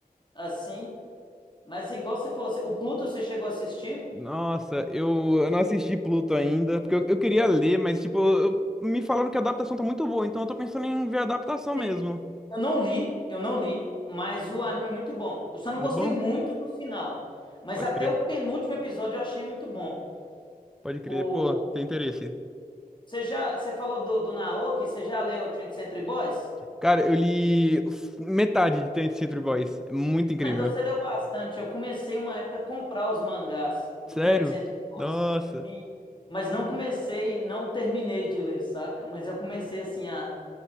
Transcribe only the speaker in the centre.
Nossa, eu, eu não assisti Pluto ainda, porque eu, eu queria ler, mas tipo, eu- me falaram que a adaptação tá muito boa, então eu tô pensando em ver a adaptação mesmo.
Muito
bom?
Pode
crer,
pode crer.
Pô, tem interesse.
Cara, eu li f- metade de Ten Century Boys. É Muito incrível.
Sério?
Nossa.